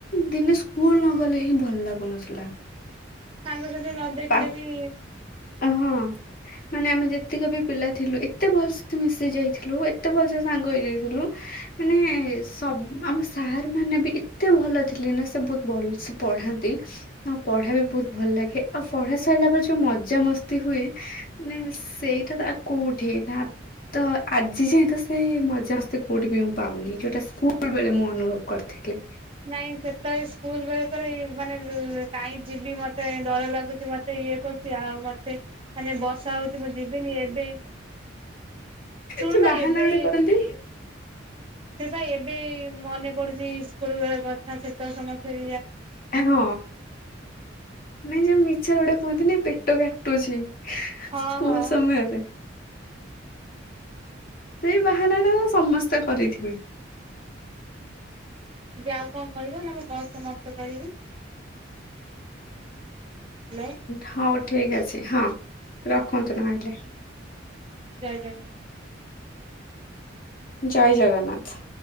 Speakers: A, on the left; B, on the right.
A: ଦିନେ। ସ୍କୁଲ ନ ଗଲେ ହିଁ ଭଲ ଲାଗୁନଥିଲା।
B: ସାଙ୍ଗସାଥି ନ ଦେଖିଲେ
A: ପା
B: ବି
A: ହଁ ମାନେ ଆମେ ଯେତିକ ବି ପିଲା ଥିଲୁ ଏତେ ଭଲସ ମିଶି ଯାଇଥିଲୁ ଏତେ ଭଲସେ ସାଙ୍ଗ ହେଇଯାଇଥିଲୁ ମାନେ ସବୁ ଆମ ସାର୍ ମାନେ ବି ଏତେ ଭଲ ଥିଲେ ନା ସେ ବହୁତ ଭଲସେ ପଢାନ୍ତି ଆଉ ପଢା ବି ବହୁତ ଭଲ ଲାଗେ ଆଉ ପଢା ସାରିଲା ପରେ ଯୋଉ ମ ମଜା ମସ୍ତି ହୁଏ ନା ସେଇଟା ତା କୋଉଠି ନା। ତ ଆଜି ଯାଏଁ ତ ସେ ମଜାମସ୍ତି କୋଉଠି ବି ମୁଁ ପାଉନି ଯୋଉଟା ସ୍କୁଲ ବେଳେ ମୁଁ ଅନୁଭବ କରିଥିଲି।
B: ନାଇଁ ସେତେବେଳେ ସ୍କୁଲ ବେଲରେ ମାନେ କାଇଁ ଯିବି ମତେ ଡର ଲାଗୁଛି ମତେ। ଇଏ କରୁଛି ଆଉ ମତେ ମାନେ ବର୍ଷା ହଉଛି ମୁ ଯିବିନି ଏବେ ଶୁଣୁନ
A: ସେ ବାହାନା
B: ଏବେ
A: ଗୋଟେ କରନ୍ତି
B: ସେ ପାଇଁ ଏବେ ମନେ ପଡୁଛି ସ୍କୁଲ ବେଳ କଥା ସେତେବେଳେ ସମସ୍ତେ
A: ହଁ ନାଇଁ ଯ ମିଛ ଗୋଟେ କୁହନ୍ତିନି ପେଟ କାଟୁଛି
B: ହଁ
A: ସ୍କୁଲ
B: ହଁ
A: ସମୟରେ। ସେଇ ବାହାନାଟାକୁ ସମସ୍ତେ କରିଥିବେ।
B: ଏବେ ଆଉ କଣ କହିବ ନା ମୁଁ କ ସମାପ୍ତ କରିବି। ହ୍ୟାଲୋ
A: ହଉ ଠିକ ଅଛି। ହଁ ରଖନ୍ତୁ ନହଲେ।
B: ଜୟ ଜଗନ୍ନାଥ।
A: ଜୟ ଜଗନ୍ନାଥ।